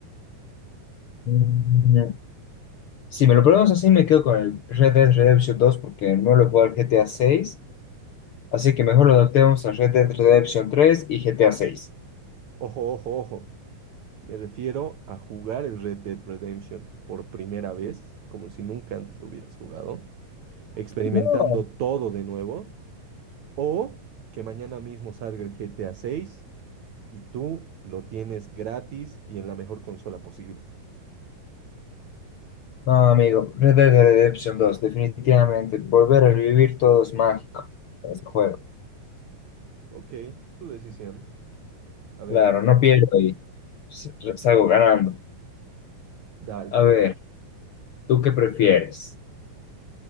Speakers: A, on the left; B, on the right.
A: Mm, Si me lo preguntas así, me quedo con el Red Dead Redemption 2 porque no lo he jugado al GTA 6. Así que mejor lo adaptemos a Red Dead Redemption 3 y GTA 6.
B: Ojo, ojo, ojo. Me refiero a jugar el Red Dead Redemption por primera vez, como si nunca antes lo hubieras jugado, experimentando
A: No.
B: todo de nuevo, o que mañana mismo salga el GTA seis y tú lo tienes gratis y en la mejor consola posible.
A: No, amigo, Red Dead Redemption 2, definitivamente. Volver a vivir todo es mágico en este juego.
B: Ok, tu decisión. A ver,
A: Claro, no pierdo y s- salgo ganando.
B: dale.
A: A ver, ¿tú qué prefieres?